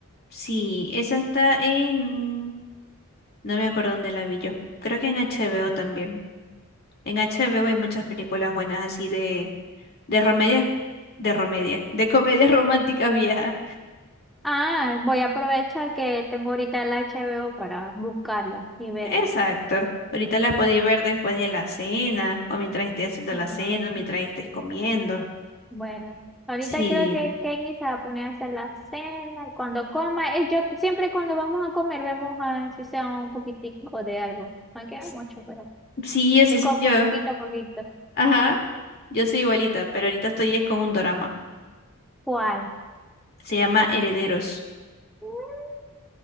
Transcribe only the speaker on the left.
sí, esa está en, no me acuerdo dónde la vi yo. Creo que en HBO también. En HBO hay muchas películas buenas así de, de romedias, de romedias, de comedias <laughs> románticas viejas.
Exacto. Ahorita las podéis ver después de la cena o mientras estés haciendo la
cena, mientras estés comiendo.
Sí,
s-
sí, así
soy
yo.
Ajá. Yo soy igualita, pero ahorita estoy es con un drama.
Se llama Herederos.